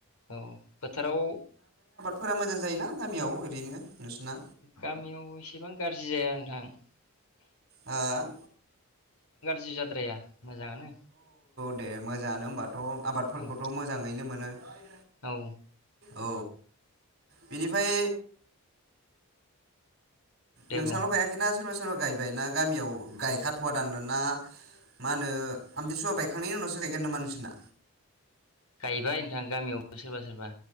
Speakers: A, on the left (about 75°); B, on the right (about 45°).
A: औ फोथाराव
B: फोरा मोजां जायोना गामियाव ओरैनो नोंसोरना
A: गामियाव एसेबां गाज्रि जाया <unintelligible>
B: हा?
A: जि जाद्राया। मोजाङानो।
B: दे मोजाङानो होनबाथ' आबादफोरखौथ'
A: औ
B: मोजाङैनो मोनो? <inaudible>
A: औ।
B: औ बिनिफाय
A: दे
B: नोंसाल'
A: बुं
B: गायाखैना सोरबा सोरबा गायबाय ना गामियाव गायखाथ'वा दानो ना मा होनो आमथिसुवा बायखांनायनि उनावसो गायगोन नामा नोंसोना?
A: गायबाय नोंथां गामियावबो सोरबा सोरबा